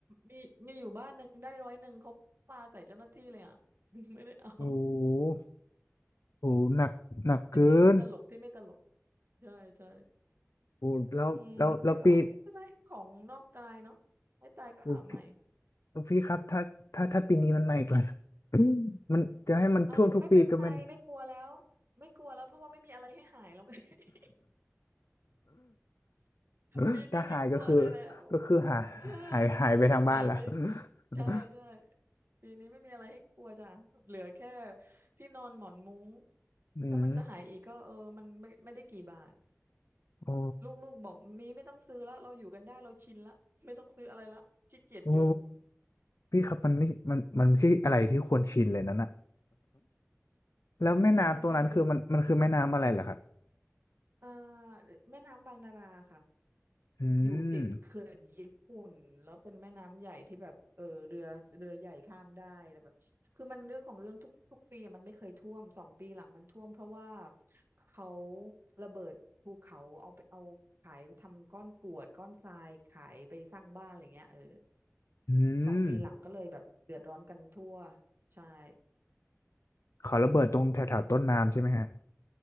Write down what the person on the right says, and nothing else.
มีมีอยู่บ้านหนึ่งได้ร้อยหนึ่งเขาปาใส่เจ้าหน้าที่เลยอ่ะ <laughs> ไม่ได้เอา
เป็นเรื่องตลกที่ไม่ตลก ใช่ใช่
อืมแต่ก็ไม่เป็นไร ของนอกกายเนาะไม่ตายก็หาใหม่
อ่าไม่เป็นไร ไม่กลัวแล้ว ไม่กลัวแล้วเพราะว่าไม่มีอะไรให้หายแล้ว <laughs>
ปีนี้ไม่กลัวอะไรแล้ว
ใช่ หายไป
ใช่ใช่ปีนี้ไม่มีอะไรให้กลัวจ้ะเหลือแค่ที่นอนหมอนมุ้ง
ถ้ามันจะหายอีกก็เออมันไม่ไม่ได้กี่บาท
ลูกๆบอกมีไม่ต้องซื้อแล้วเราอยู่กันได้เราชินละไม่ต้องซื้ออะไรละขี้เกียจยก
ใช่ใช่ด้วยอ่าแม่น้ำบางนาราค่ะ
อยู่ติดเขื่อนญี่ปุ่นแล้วเป็นแม่น้ำใหญ่ที่แบบเออเรือเรือใหญ่ข้ามได้แล้วแบบคือมันเรื่องของเรื่องทุกทุกปีอะมันไม่เคยท่วมสองปีหลังมันท่วมเพราะว่า
เขาระเบิดภูเขาเอาไปเอาขายทำก้อนกรวดก้อนทรายขายไปสร้างบ้านอะไรเงี้ยเออ
สองปีหลังก็เลยแบบเดือดร้อนกันทั่ว
ใช่